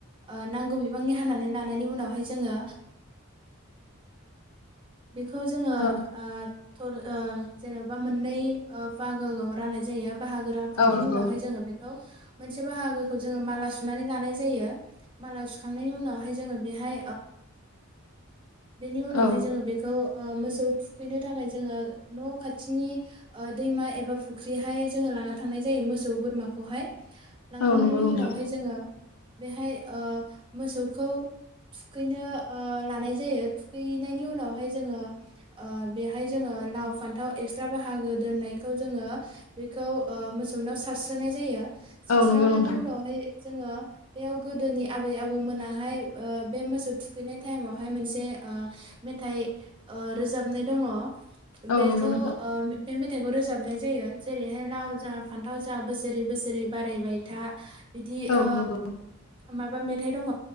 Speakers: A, on the right; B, on the left.
A: ओ नांगौ बिबांनि हानानै लानायनि उनावहाय जोङो। बेखौ जोङो
B: औ
A: थर ओ जेन'बा मोननै ओ बाहागोआव राननाय जायो। बाहागो रानखांनायनि
B: औ नंगौ
A: उनावाय जोङो बे खौ मोनसे बाहागोखौ जोङो माला सुनानै लानाय जायो। माला सुखांनायनि उनावहाय जोङो बेहाय बेनि उनावहाय
B: औ
A: जोङो बे मोसौ थुखैनो थाखाय जोङो न' खाथिनि ओ दैमा एबा फुख्रिहाय जोङो लाना थांनाय जायो मोसौ बोरमाखौहाय लांखांनायनि
B: औ नंगौ
A: उनावहाय
B: नोंथां
A: जोङो बेहाय ओ मोसौखौ थुखैनो ओ लानाय जायो थुखैनायनि उनावहाय जोङो ओ बेहाय जोङो लाव फान्थाव एक्सट्रा बाहागो दोननायखौ जोङो बेखौ ओ मोसौनाव सारस्रोनाय जायो। सारस्रानानै
B: औ नंगौ नोंथां
A: उनावहाय जोङो बेयाव गोदोनि आबै आबौमोनाहाय ओ बे मोसौ थुखैनाय टाइमावहाय मोनसे ओ मेथाइ ओ रोजाबनाय दङ।
B: औ
A: बेखौ
B: नंगौ नोंथां
A: ओ बे थाइखौ रोजाबनाय जायो जेरैहाय लाव जा फान्थाव जा बोसोरै बोसोरै बारायबाय था बिदि
B: औ
A: ओ
B: नंगौ
A: माबा मेथाइ दङ।